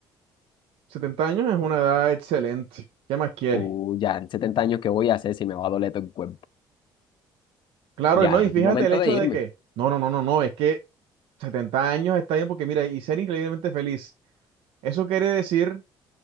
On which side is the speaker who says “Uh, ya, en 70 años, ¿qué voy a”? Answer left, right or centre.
Left